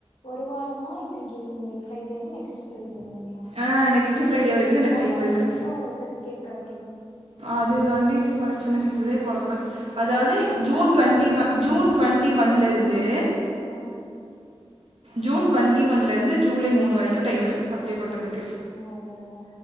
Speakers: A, on the left; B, on the right.
A: ஒரு வாரோன்னா இன்னைக்கி ஃப்ரைடேனா நெக்ஸ்ட் ஃப்ரைடே வரையுமா
B: ஆ நெக்ஸ்ட்டு ஃப்ரைடே வரைக்கு தா எனக்கு
A: அப்போ
B: டைம்
A: உனக்கு
B: இருக்கு
A: எப்ப சர்டிபிகேட் கெடைக்குது
B: அது தாண்டி பிரச்சன இதுதா இப்ப ஒலப்பல் அதாவது June
A: ஆ
B: twenty one June twenty ஒன்லருந்து
A: ஆ
B: ஜூன் டுவெண்டி ஒன்ல இருந்து ஜூலை மூணு வரைக்கு டைம்மு அப்ளை பண்ணறதுக்கு
A: ஓ ஓ ஓ